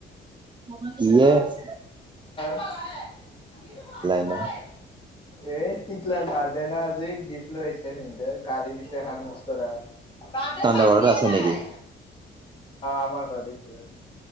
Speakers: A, on the right (about 25°); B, on the left (about 25°).
A: <unintelligible>
B: ম আমি আছাই
A: ইমান
B: <unintelligible> এই টিকলাৰ বাৰডে না আজি গিফ্ট লৈ আহিছে সদ গাড়ী দিছে হ মস্তৰা <unintelligible> বাৰ্থ ডে
A: তহঁতৰ
B: পাৰ্টেই
A: ঘৰত আছে
B: নাই।
A: নেকি?
B: আমাৰ ঘৰত দিছিল